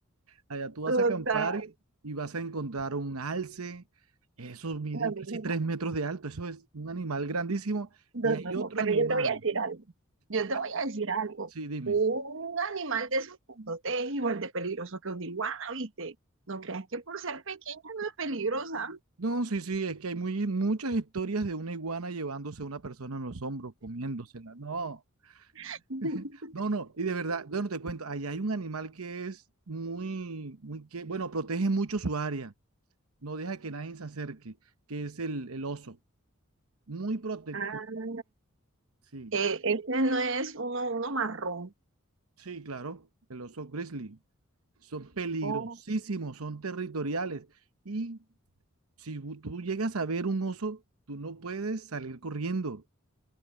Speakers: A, on the right; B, on the right.
A: Allá tú vas
B: total.
A: a acampar y, y vas a encontrar un alce, esos miden
B: Bueno,
A: casi tres metros de alto, eso es un animal grandísimo
B: No,
A: y hay
B: no, no,
A: otro
B: pero
A: animal.
B: yo te voy a decir algo. Yo
A: Ah,
B: te voy a decir algo.
A: Sí, dime.
B: Un animal de esos puntotes es igual de peligroso que un iguana, ¿viste? No creas que por ser pequeña no es peligrosa.
A: No, sí, sí, es que hay muy, muchas historias de una iguana llevándose a una persona en los hombros, comiéndosela. No,
B: <laughs>
A: <laughs> No, no, y de verdad, bueno, te cuento, allá hay un animal que es muy, muy que, bueno, protege mucho su área, no deja que nadie se acerque, que es el, el oso, muy protector,
B: Ah,
A: sí,
B: eh, este no es uno, uno marrón.
A: sí, claro, el oso grizzly, son peligrosísimos,
B: Oh,
A: son territoriales, y si bu- tú llegas a ver un oso, tú no puedes salir corriendo,